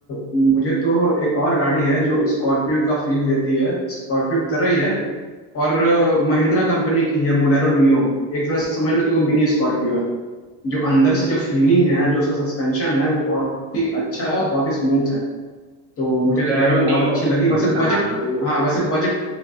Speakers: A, on the left; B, on the right.
A: अ, मुझे तो एक और गाड़ी है जो स्कॉर्पियो का फील देती है स्कॉर्पियो की तरह ही है और अ, महिंद्रा कंपनी की है बोलेरो नियो एक तरह से समझ लो कि वो मिनी स्कॉर्पियो है जो अंदर से जो फीलिंग है जो उसका सस्पेंशन है वो बहुत ही अच्छा है और बहुत ही स्मूथ है तो मुझे
B: बोलेरो
A: तो भाई
B: नियो
A: बहुत अच्छी
B: मतलब
A: लगी वैसे
B: उसका
A: बजट
B: नाम
A: हाँ वैसे बजट